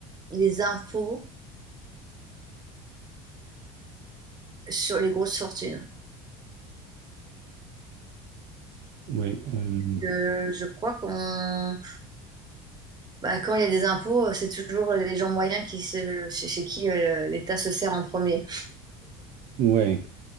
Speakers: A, on the right; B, on the right.
A: les impôts sur les grosses fortunes.
B: Oui, euh,
A: Je, je crois qu'on, bah, quand il y a des impôts, c'est toujours les gens moyens qui se, chez, chez qui euh, l'État se sert en premier.
B: ouais,